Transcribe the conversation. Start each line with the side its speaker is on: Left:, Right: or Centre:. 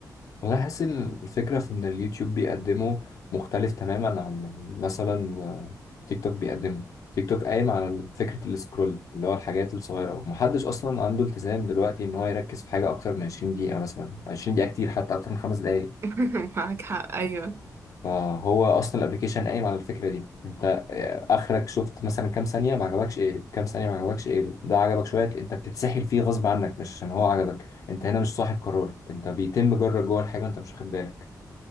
Left: والله حاسس إن الفكره في ان اليوتيوب بيقدمه مختلف تماما عن مثلا آه، تيك توك بيقدمه تيك توك قايم على ال- فكره السكرول اللي هو الحاجات الصغيره ومحدش اصلا عنده التزام دلوقتي ان هو يركز في حاجه اكتر من 20 دقيقه مثلا 20 دقيقه كتير حتى اكتر من خمس دقائق
Right: <laughs> معاك حق ايوه
Left: فهو اصلا الابلكيشن قايم على الفكره دي انت آه، اخرك شفت مثلا كام ثانيه ما عجبكش اقلب كام ثانيه ما عجبكش اقلب ده عجبك شويه انت بتتسحل فيه غصب عنك مش عشان هو عجبك انت هنا مش صاحب قرار انت بيتم جرك جوه الحاجه انت مش واخد بالك